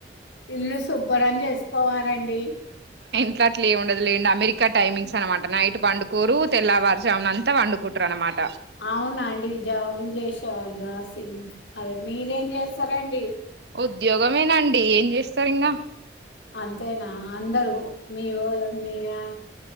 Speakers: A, on the left; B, on the right.
A: ఇల్లు శుభ్రం చేసుకోవాలండి
B: అట్లాట్ లే ఉండదు లేండి అమెరికా టైమింగ్స్ అనమాట నైట్ వండుకోరు తెల్లవారుజామున అంతా వండుకుంటురు అనమాట
A: అవునండి జాబులు చేసేవాళగా సి అదే మీర ఏం చేస్తారండి
B: ఉద్యోగమేనాండి ఏం చేస్తారు ఇంగా
A: అంతేనా అందరు మీ ఊరు మీ వ